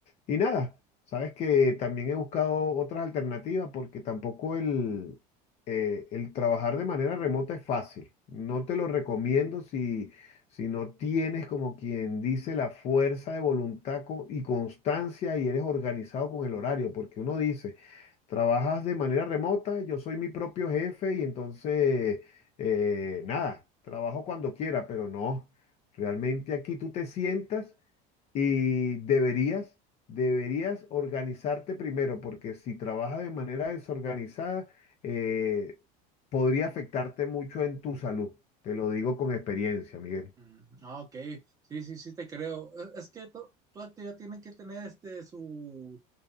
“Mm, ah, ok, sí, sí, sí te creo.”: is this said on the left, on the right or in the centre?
Right